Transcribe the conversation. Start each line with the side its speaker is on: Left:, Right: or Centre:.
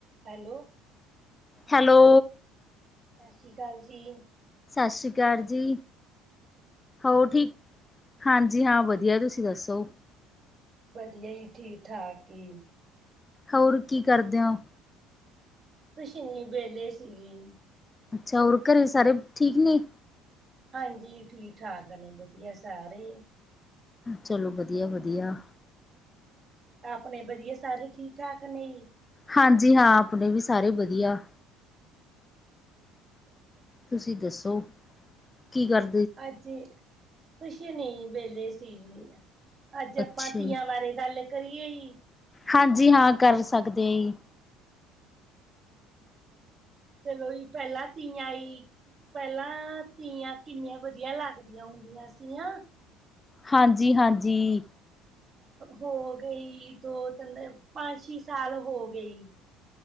Right: ਹੈਲੋ।
Left: ਹੈਲੋ।
Right: ਸਸ ਸ਼੍ਰੀ ਕਾਲ ਜੀ।
Left: ਸਸ ਸ਼੍ਰੀ ਅਕਾਲ ਜੀ। ਹੋਰ ਠੀਕ ਹਾਂਜੀ ਹਾਂ। ਵਧੀਆ ਤੁਸੀਂ ਦੱਸੋ?
Right: ਵਧੀਆ ਜੀ, ਠੀਕ-ਠਾਕ ਈ।
Left: ਹੋਰ ਕੀ ਕਰਦੇ ਓ?
Right: ਕੁੱਛ ਨੀ ਵਿਹਲੇ ਸੀਗੀ।
Left: ਅੱਛਾ। ਹੋਰ ਘਰੇ ਸਾਰੇ ਠੀਕ ਨੇ?
Right: ਹਾਂਜੀ। ਠੀਕ-ਠਾਕ ਨੇ ਵਧੀਆ ਸਾਰੇ।
Left: ਚਲੋ ਵਧੀਆ-ਵਧੀਆ।
Right: ਆਪਣੇ ਵਧੀਆ ਸਾਰੇ ਠੀਕ-ਠਾਕ ਨੇ?
Left: ਹਾਂਜੀ। ਹਾਂ ਆਪਣੇ ਵੀ ਸਾਰੇ ਵਧੀਆ
Right: ਠੀਕ ਚੱਲ ਫੇਰ
Left: ਤੁਸੀਂ ਦੱਸੋ, ਕੀ ਕਰ
Right: ਅੱਜ, ਕੁਛ ਨਹੀਂ ਵੇਲੇ ਸੀਗੀ ਮੈ। ਅੱਜ ਆਪਾਂ
Left: ਅੱਛਾ
Right: ਤੀਆਂ
Left: ਜੀ,
Right: ਬਾਰੇ ਗੱਲ ਕਰੀਏ ਜੀ।
Left: ਹਾਂਜੀ। ਹਾਂ ਕਰ ਸਕਦੇ ਜੀ।
Right: ਠੀਕ ਐ ਜੀ, ਚਲੋ ਜੀ ਪਹਿਲਾਂ ਤੀਆਂ ਆਈ ਪਹਿਲਾਂ ਤੀਆਂ ਕਿੰਨੀਆਂ ਵਧੀਆ ਲੱਗਦੀਆਂ ਹੁੰਦੀਆਂ ਸੀਆਂ।
Left: ਹਾਂਜੀ ਹਾਂਜੀ।
Right: ਹੋ ਗਈ ਦੋ-ਤਿੰਨ ਪੰਜ- ਛੇ ਸਾਲ ਹੋ ਗਈ।